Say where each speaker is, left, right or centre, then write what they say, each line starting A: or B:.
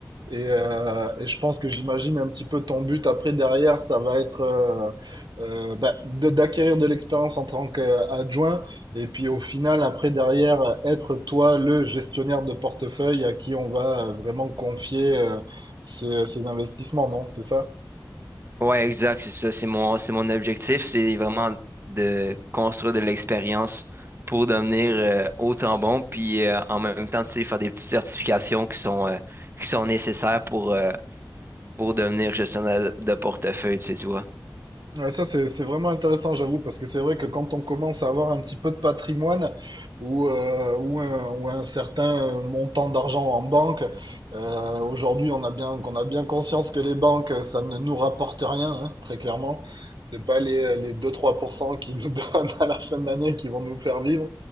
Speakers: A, on the right; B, on the right.
A: Et, euh, et je pense que j'imagine un petit peu ton but après, derrière, ça va être euh, euh, bah, de- d'acquérir de l'expérience en tant qu'adjoint. Et puis au final, après, derrière, être toi le gestionnaire de portefeuille à qui on va vraiment confier euh, ces, ces investissements, non? C'est ça?
B: Ouais, exact, c'est ça. C'est mon, c'est mon objectif, c'est vraiment de construire de l'expérience pour devenir euh, autant bon, puis euh, en même temps, tu sais, faire des petites certifications qui sont, euh, qui sont nécessaires pour, euh, pour devenir gestionnaire de portefeuille, tu sais, tu vois.
A: Ouais, ça, c'est, c'est vraiment intéressant, j'avoue, parce que c'est vrai que quand on commence à avoir un petit peu de patrimoine ou, euh, ou, un, ou un certain montant d'argent en banque, euh, aujourd'hui, on a bien, qu'on a bien conscience que les banques, ça ne nous rapporte rien, hein, très clairement. C'est pas les, les 2-3% qui nous <laughs> donnent à la fin de l'année qui vont nous faire vivre.